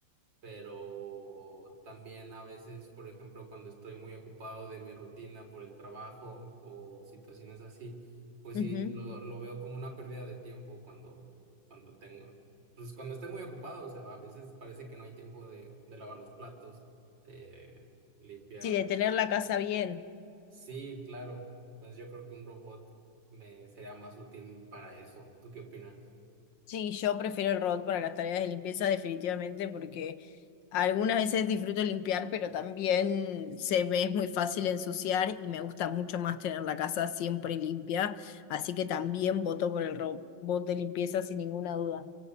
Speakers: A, on the right (about 70°); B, on the left (about 75°).
A: pero también a veces, por ejemplo, cuando estoy muy ocupado de mi rutina por el trabajo o situaciones así, pues
B: Ujú.
A: sí, lo, lo veo como una pérdida de tiempo cuando, cuando tengo, pues cuando estoy muy ocupado, o sea, a veces parece que no hay tiempo de, de lavar los platos, eh, limpiar.
B: Sí, de tener la casa bien.
A: Sí, claro. Entonces yo creo que un robot me sería más útil para eso. ¿Tú qué opinas?
B: Sí, yo prefiero el robot para las tareas de limpieza definitivamente porque algunas veces disfruto limpiar, pero también se me es muy fácil ensuciar y me gusta mucho más tener la casa siempre limpia. Así que también voto por el robot de limpieza sin ninguna duda.